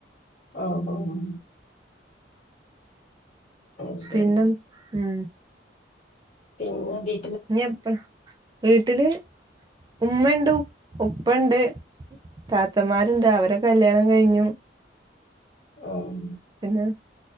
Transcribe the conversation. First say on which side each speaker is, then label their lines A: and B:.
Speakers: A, on the left; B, on the right.
A: ഓഹ് ഓഹ് അത് ശരി
B: പിന്നെന്ത് ഉം
A: പി ഊബി
B: ഇഞി എപ്പള വീട്ടില് ഉമ്മണ്ട് ഉപ്പണ്ട് താത്തമാര്ണ്ട് അവരെ കല്യാണം കഴിഞ്ഞു
A: ആഹ്
B: പിന്നെ